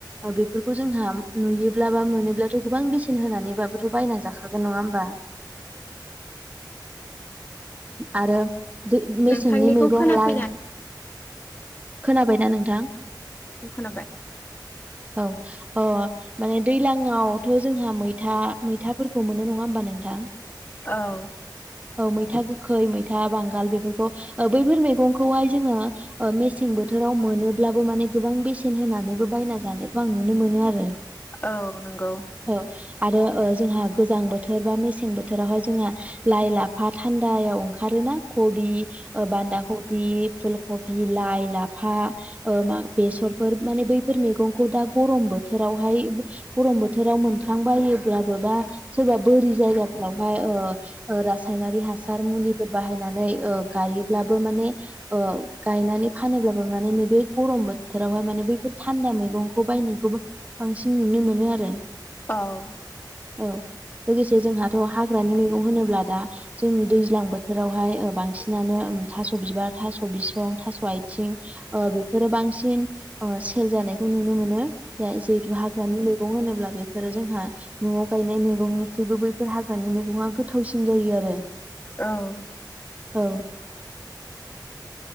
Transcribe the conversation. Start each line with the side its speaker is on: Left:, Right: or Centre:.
Right: बेफोरखौ जोंहा नुयोब्ला बा मोनोब्लाथ' गोबां बेसेन होनानै बाबोथ' बायना जाखागोन नङा होमबा आरो मेसेंनि
Left: नोंथांनिखौ
Right: मैगं
Left: खोनाफैना
Right: लाइ खोनाबायना नोंथां
Left: खोनाबाय
Right: औ ओ माने दैलाङावथ' जोंहा मैथा मैथाफोरखौ मोननो नङा नङा होमबा नोंथां
Left: औ-औ
Right: मैथा गोखै मैथा बांगाल बेफोरखौ बैफोर मैगंखौहाय जोङो मेसें बोथोर बोथोराव मोनोब्लाबो माने गोबां बेसेन होनानैबो बायना जानायखौ आं नुनो मोनो आरो
Left: औ नंगौ
Right: औ आरो ओ जोंहा गोजां बोथोर बा मेसें बोथोरावहाय जोंहा लाइ लाफा थान्दायाव ओंखारोना खबि बान्दा खबि बे फुल कबि लाइ लाफा ओ मा बेसरफोर माने बैफोर मैगंखौ दा गम बोथोरावहाय गरम बोथोराव मोनफ्लांबायो ब्ला सोरबा बोरि जायगायाव यावहाय रासायनारि हासार मुलिफोर बाहायनानै गायोब्लाबो माने ओ गायनानै फानोब्लाबो माने नैबे गरम बोथोरावहाय माने बैफोर थान्दा मैगंखौ बायनायखौबो बांसिन नुनो मोनो आरो
Left: औ
Right: औ लोगोसे जोंहाथ' हाग्रानि मैगं होनोब्ला दा जोंनि दैज्लां बोथोरावहाय बांसिनानो थास' बिबार थास' बिसं थास' आथिं बेफोरो बांसिन सेल जानाय खौ नुनो मोनो जा जिहेतु हाग्रानि मैगं होनोब्ला बेफोरो जोंहा न'आव गायनाय मैगंनिख्रुइबो बैफोर हाग्रानि मैगङा गोथावसिन जायो आरो
Left: औ
Right: औ